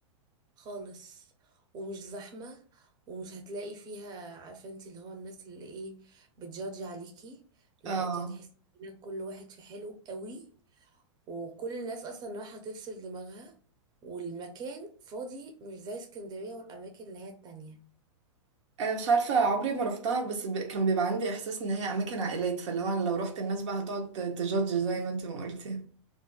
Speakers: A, on the right (about 25°); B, on the right (about 70°).
A: خالص ومش زحمة ومش هتلاقي فيها عارفة انتي اللي هو الناس اللي ايه بتجادج عليكي لا
B: اه
A: انتي هتحسي انك كل واحد في حلو قوي وكل الناس اصلا رايحة تفصل دماغها والمكان فاضي مش زي اسكندرية والاماكن اللي هي التانية
B: انا مش عارفه عمري ما روحتها بس ب... كان بيبقى عندي احساس ان هي اماكن عائلات فاللي هو أنا لو روحت الناس بقى هتقعد ت- تجادج زي ما انت ما قلتي